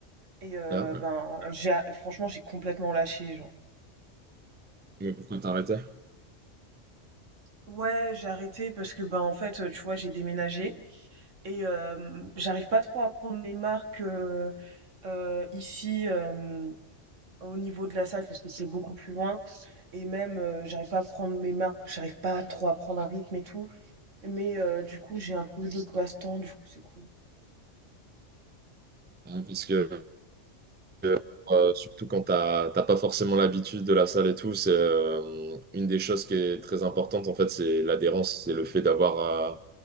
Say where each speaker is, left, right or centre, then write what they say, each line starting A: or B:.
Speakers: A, on the right; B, on the right.
A: Et euh,
B: Ah, ouais.
A: ben, j'ai franchement, j'ai complètement lâché. Genre.
B: Mais pourquoi t'arrêtais?
A: Ouais, j'ai arrêté parce que, ben en fait, heu, tu vois, j'ai déménagé et hem, j'arrive pas trop à prendre les marques, heu heu, ici, hem, au niveau de la salle parce que c'est beaucoup plus loin et même, heu, j'arrive pas à prendre mes marques, j'arrive pas trop à prendre un rythme et tout. Mais heu, du coup, j'ai un peu d'autres passe-temps, du coup, c'est cool.
B: Ah, Parce que que, euh, surtout quand t'as t'as pas forcément l'habitude de la salle et tout, c'est euh, une des choses qui est très importante en fait, c'est l'adhérence, c'est le fait d'avoir